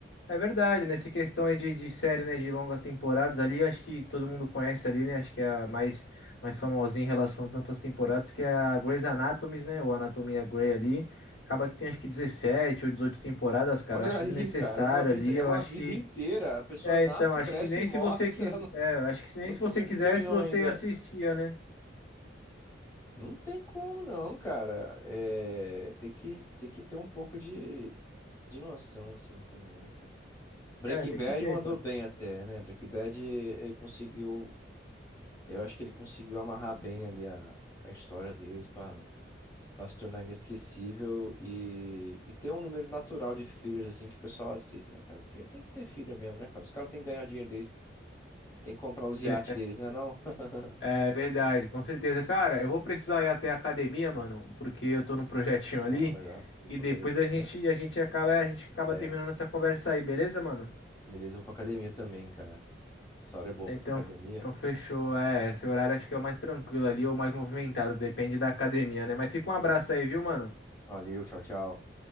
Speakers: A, on the left (about 80°); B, on the left (about 15°).
A: É verdade, nessa questão aí de, de série, né, de longas temporadas ali, acho que todo mundo conhece ali, né? Acho que é a mais, mais famosinha em relação a tantas temporadas, que é a Grey's Anatomy, né? Ou Anatomia Grey ali. Acaba que tem acho que 17 ou 18 temporadas, cara.
B: Olha
A: Eu acho
B: aí,
A: desnecessário
B: cara, é uma vida,
A: ali,
B: é
A: eu
B: uma
A: acho
B: vida
A: que.
B: inteira. A pessoa
A: É,
B: nasce,
A: então, acho
B: cresce
A: que nem
B: e morre.
A: se você quiser.
B: <laughs> Será que não,
A: É, acho que se- nem
B: não,
A: se
B: come-
A: você quisesse,
B: não terminou
A: você
B: ainda?
A: assistia, né?
B: Não tem como, não, cara. É, tem que, tem que ter um pouco de, de noção, assim, também, né, cara? Breaking
A: É, tem
B: Bad
A: que ter,
B: mandou
A: cara.
B: bem até, né? Breaking Bad, ele conseguiu. Eu acho que ele conseguiu amarrar bem ali a, a história deles pra Pra se tornar inesquecível e, e ter um número natural de fillers, assim, que o pessoal aceita, né, cara? Porque tem que ter filler mesmo, né, cara? Os caras têm que ganhar o dinheiro deles, tem que comprar os
A: Tem-
B: iates deles, né, não? <laughs>
A: É verdade, com certeza. Cara, eu vou precisar ir até a academia, mano, porque eu tô num projetinho
B: Tá
A: ali.
B: na hora já, vou
A: E
B: pra
A: depois
B: academia,
A: a gente,
B: né?
A: a gente acaba, a gente acaba
B: É,
A: terminando essa conversa aí, beleza, mano?
B: beleza, eu vou pra academia também, cara. Essa hora é boa
A: É,
B: pra
A: Então,
B: ir pra academia.
A: então fechou. É, esse horário acho que é o mais tranquilo ali, ou mais movimentado, depende da academia, né? Mas fica
B: Uhum.
A: um abraço aí, viu, mano?
B: Valeu, tchau, tchau.